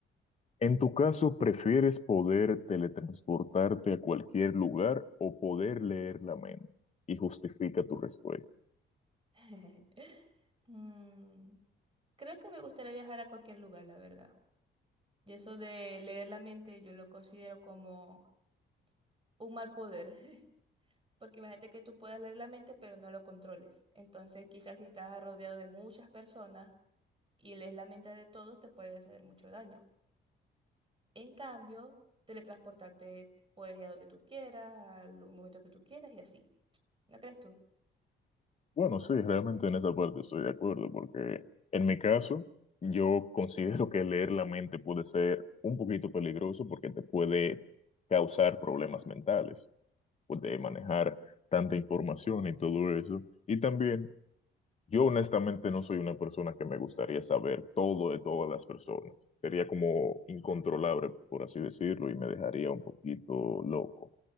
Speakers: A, on the left; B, on the right.
A: En tu caso, ¿prefieres poder teletransportarte a cualquier lugar o poder leer la mente? Y justifica tu respuesta.
B: <laughs> Mm, creo que me gustaría viajar a cualquier lugar, la verdad. Y eso de leer la mente, yo lo considero como un mal poder. <laughs> Porque imagínate que tú puedas leer la mente, pero no lo controles. Entonces, quizás si estás rodeado de muchas personas y lees la mente de todos, te puede hacer mucho daño. En cambio, teletransportarte puedes ir a donde tú quieras, al momento que tú quieras y así. ¿No crees tú?
A: Bueno, sí, realmente en esa parte estoy de acuerdo, porque en mi caso, yo considero que leer la mente puede ser un poquito peligroso porque te puede causar problemas mentales, puede
B: Ujú,
A: manejar tanta información y todo eso. Y también, yo honestamente no soy una persona que me gustaría saber todo de todas las personas. Sería como incontrolable, por así decirlo, y me dejaría un poquito loco.